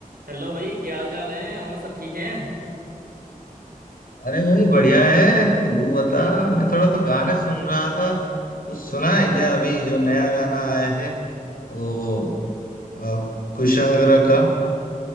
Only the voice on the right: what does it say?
Hello भाई क्या हाल चाल है और सब ठीक हैं